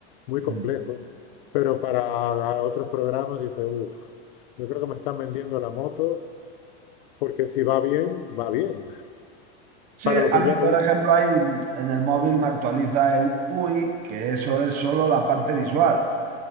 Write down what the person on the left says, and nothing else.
muy complejos,
pero para otros programas dice, uff, yo creo que me están vendiendo la moto porque si va bien, va bien,
para lo que
yo lo
uso.